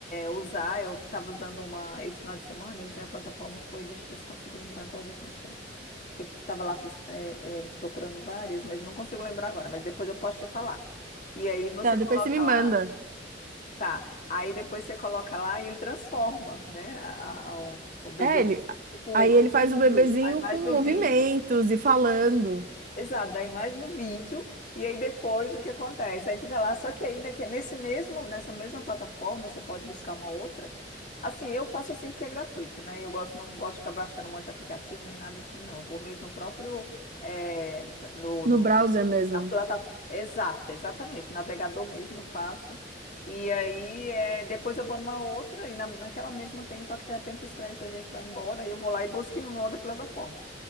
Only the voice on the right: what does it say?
Tá, depois
você me manda.
É, ele.
Aí ele faz
o bebezinho
com
movimentos
e falando
no
browser mesmo.